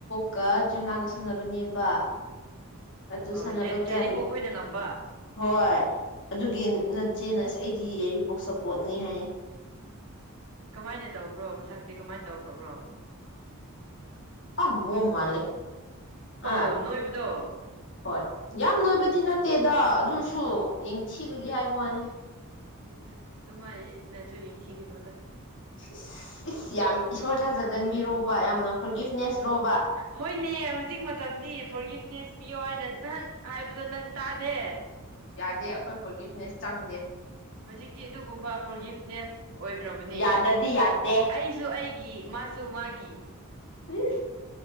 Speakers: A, on the left (about 55°); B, on the right (about 75°).
A: ꯀ ꯖꯟ ꯂꯥꯡꯒ ꯁꯥꯟꯅꯕꯅꯦꯕ ꯑꯗꯨ
B: ꯑꯣ
A: ꯁꯥꯟꯅꯕ
B: ꯌꯥꯏꯔꯤꯄꯣꯛ
A: ꯒ꯭ꯌꯥꯟ
B: ꯑꯩꯈꯣꯏꯅ ꯉꯝꯕ
A: ꯍꯣꯏ ꯑꯗꯨꯒꯤ ꯅꯆ‌ꯦꯅꯥ ꯑꯁ ꯑꯩꯗꯤ ꯌꯥꯏꯔꯤꯄꯣꯛ ꯁꯄꯣꯔꯠꯅꯤ ꯍꯥꯏ
B: ꯀꯃꯥꯏꯅ ꯇꯧꯕ꯭ꯔꯣ ꯃꯁꯛꯇꯤ ꯀꯃꯥꯏꯅ ꯇꯧꯈ꯭ꯔꯕ꯭ꯔꯣ
A: ꯑ ꯕ‌ꯣꯝ ꯃꯥꯜꯂ‌ꯦ
B: ꯑꯣ
A: ꯑꯥ
B: ꯅꯣꯏꯕꯗꯣ
A: ꯍꯣꯏ ꯌꯥꯝ ꯅꯣꯏꯕꯗꯤ ꯅꯠ ꯇꯦꯗ ꯑꯗꯨꯁꯨ ꯌꯦꯡꯊꯤꯕꯒꯤ ꯍꯥꯏꯕ ꯋꯥꯅꯤ
B: ꯍꯣꯏꯗ ꯑꯗꯨꯃꯅꯁꯨ ꯌꯦꯡꯈꯤ ꯀꯩꯅꯣꯗ
A: ꯏꯁ ꯏꯁ ꯌꯥꯝ ꯏꯁꯣꯔ ꯊꯥꯖꯒꯟꯕꯤꯔꯣꯕ ꯌꯥꯝꯅ ꯐꯣꯔꯒꯤꯐꯅꯦꯁ ꯂꯣꯕ
B: ꯍꯣꯏꯅꯦ ꯍꯧꯖꯤꯛ ꯃꯇꯝꯗꯤ ꯐꯣꯔ ꯒꯤꯐꯅꯦꯁ ꯄꯤꯌꯣ ꯍꯥꯏꯅ ꯅꯍꯥꯟ ꯍꯥꯏꯕꯗꯣ ꯅꯪ ꯇꯥꯗꯦ
A: ꯌꯥꯗꯦ ꯑꯩꯈꯣꯏ ꯐꯣꯔ ꯒꯤꯐꯅꯦꯁ ꯆꯪꯂꯗꯦ
B: ꯍꯧꯖꯤꯛꯇꯤ ꯑꯗꯨꯒꯨꯝꯕ ꯐꯣꯔꯒꯤꯐꯅꯦꯁ ꯑꯣꯏꯈ꯭ꯔꯕꯅꯦ
A: ꯌꯥꯗꯗꯤ ꯌꯥꯗꯦ
B: ꯑꯩꯁꯨ ꯑꯩꯒꯤ ꯃꯥꯁꯨꯨ ꯃꯥꯒꯤ
A: ꯄ